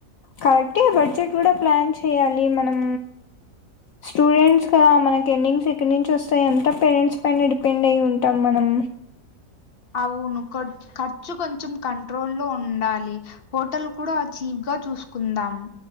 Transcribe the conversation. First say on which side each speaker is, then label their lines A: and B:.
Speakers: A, on the left (about 65°); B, on the left (about 40°).
A: కరెక్ట్ బడ్జెట్ కూడా ప్లాన్ చెయాలి మనం స్టూడెంట్స్ కదా మనకి ఎర్నింగ్స్ ఎక్కడ నుంచి వస్తాయి ఎంత పేరెంట్స్ పైన డిపెండ్ అయ ఉం ట మనం
B: అవును కొ ఖర్చు కొంచెం కంట్రోల్ లో ఉండాలి హోటల్ కూడా చీప్ గా చూస్ కుందాం